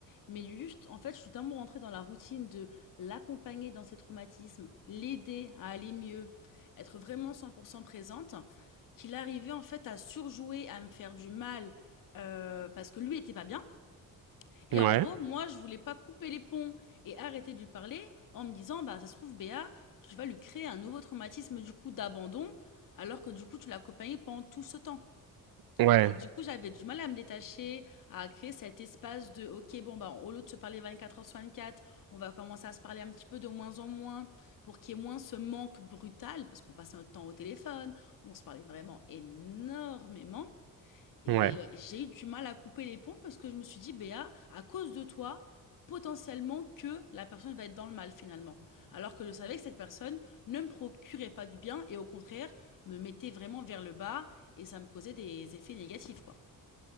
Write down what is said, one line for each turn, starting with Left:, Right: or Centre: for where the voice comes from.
Left: Mais juste, en fait, je suis tellement rentrée dans la routine de l'accompagner dans ses traumatismes, l'aider à aller mieux, être vraiment cent pour 100 présente, qu'il arrivait, en fait, à surjouer, à me faire du mal, heu, parce que lui était pas bien et
Right: Ouais,
Left: en gros, moi, je voulais pas couper les ponts et arrêter de lui parler en me disant, bah, ça se trouve, Béa, tu vas lui créer un nouveau traumatisme, du coup, d'abandon, alors que du coup, tu l'as accompagné pendant tout ce temps.
Right: ouais,
Left: Et du coup, j'avais du mal à me détacher, à créer cet espace de, OK, bon, bah, au lieu de se parler 24 heures sur 24, on va commencer à se parler un petit peu de moins en moins pour qu'il y ait moins ce manque brutal, parce qu'on passait notre temps au téléphone, on se parlait vraiment énormément. Et
Right: ouais.
Left: ouais, j'ai eu du mal à couper les ponts parce que je me suis dit: «Béa, à cause de toi, potentiellement que la personne va être dans le mal finalement». Alors que je savais que cette personne ne me procurait pas du bien et au contraire, me mettait vraiment vers le bas et ça me causait des effets négatifs, quoi.